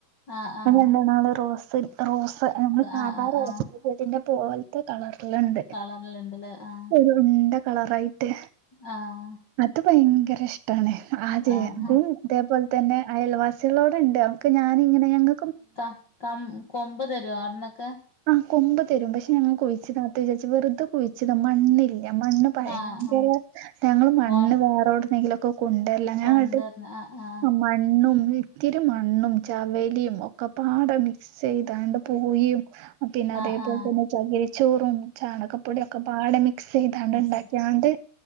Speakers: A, on the left (about 40°); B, on the right (about 80°).
A: ആഹ് ആഹ്
B: <unintelligible> റോസ് റോസ് നമ്മ സാധാ
A: ആഹ് ആഹ്
B: റോസ്
A: ആഹ്
B: ചെടിന്റെ പോലത്തെ കളറിലുണ്ട്.
A: കളറിലുണ്ടല്ലേ ആഹ്
B: ഒരു ഉണ്ട കളറായിട്ട്.
A: ആഹ്
B: അത് ഭയങ്കര ഇഷ് ട്ടാണ് ആ ചെ
A: ആഹ്
B: അതും ഇതേപോലെ തന്നെ അയൽവാസികളോടെ ഉണ്ട് അവക്ക് ഞാനിങ്ങനെ ഞങ്ങ
A: ത കൊമ്പ് തരു അവിടന്നൊക്കെ?
B: ആഹ് കൊമ്പ് തരും. പക്ഷെ ഞങ്ങൾ കുഴിച്ചിടാത്ത വിചാരിച്ച വെറുതെ കുഴിച്ചിട മണ്ണില്ല. മണ്ണ് ഭയങ്കര
A: ആഹ് ആഹ്
B: ഞങ്ങൾ മണ്ണ്
A: ഓ
B: വേറെോടുന്നെങ്കിലോ കൊണ്ടല്ല ഞങ്ങോട്ട്
A: കൊണ്ടുവന്ന് ആ ആ
B: മണ്ണും ഇത്തിരി മണ്ണും ചവലിയും ഒക്കെ പാടെ മിക്സ് ചെയ്തണ്ട് പൂയും പിന്നെ അതേപോലെ
A: ആ ആ
B: തന്നെ ചകിരിച്ചോറും. ചാണകപ്പൊടിയും. ഒക്കെ പാട മി ക്സ് ചെയ്തണ്ട്
A: മിക്സ്
B: ഉണ്ടാക്കിയണ്ട്.